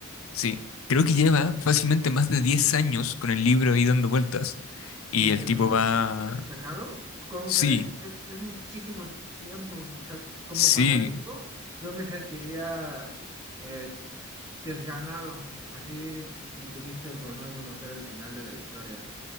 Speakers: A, on the left; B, on the right.
A: Sí, creo que lleva fácilmente más de 10 años con el libro ahí dando vueltas
B: Sin
A: y el
B: que lo
A: tipo va...
B: hayas sacado. ¿Cómo
A: Sí,
B: crees? Es, es muchísimo tiempo. O sea, como
A: sí,
B: fanático, yo me sentiría eh, Desganado, así y triste por no conocer el final de la historia.